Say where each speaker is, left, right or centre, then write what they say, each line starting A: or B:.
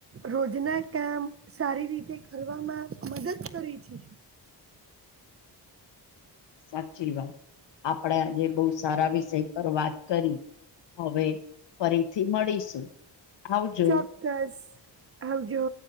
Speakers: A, on the right; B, on the left.
A: રોજ ના કામ સારી રીતે કરવામાં મદદ કરે છે.
B: સાચી વાત આપડે આજે બહુ સારા વિષય પર વાત કરી. હવે ફરીથી મળીશું. આવજો
A: ચોક્કસ આવજો.